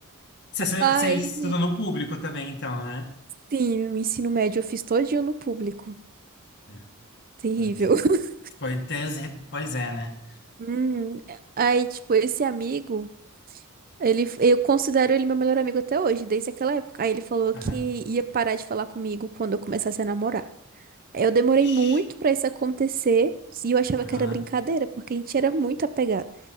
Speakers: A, on the left; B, on the right.
A: Você,
B: Aí,
A: você estuda no público também, então, né?
B: sim, o ensino médio eu fiz todinho no público.
A: É,
B: Terrível.
A: Pois é.
B: <laughs>
A: Pois, é- pois é, né?
B: Hum, aí, tipo, esse amigo. Ele, eu considero ele meu melhor amigo até hoje, desde aquela época. Aí ele falou que
A: Aham.
B: ia parar de falar comigo quando eu começasse a namorar. Eu demorei
A: Ixi,
B: muito pra isso acontecer e eu achava
A: Aham.
B: que era brincadeira, porque a gente era muito apegado.